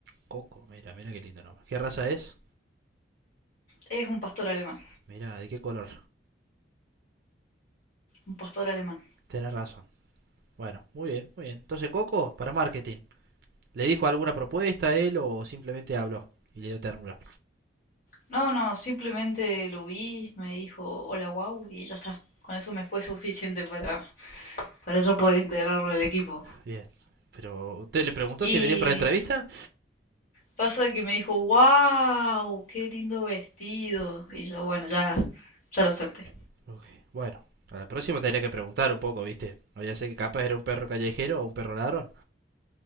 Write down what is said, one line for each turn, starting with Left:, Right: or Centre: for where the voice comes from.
Right: Coco, mira, mira qué lindo nombre. ¿Qué raza es?
Left: Es un pastor alemán.
Right: Mira, ¿de qué color?
Left: Un pastor alemán.
Right: Tenés razón. Bueno, muy bien, muy bien. Entonces, Coco, para marketing. ¿Le dijo alguna propuesta a él o simplemente habló y le dio ternura?
Left: No, no, simplemente lo vi, me dijo hola wow y ya está. Con eso me fue suficiente para, para yo poder integrarlo al equipo.
Right: Bien. Pero, ¿usted le preguntó
Left: Y
Right: si venía para la entrevista?
Left: pasa que me dijo wow, qué lindo vestido. Y yo, bueno, ya, ya lo acepté.
Right: Ok, Bueno, a la próxima tendría que preguntar un poco, ¿viste? No, ya sé que capaz era un perro callejero o un perro ladrón.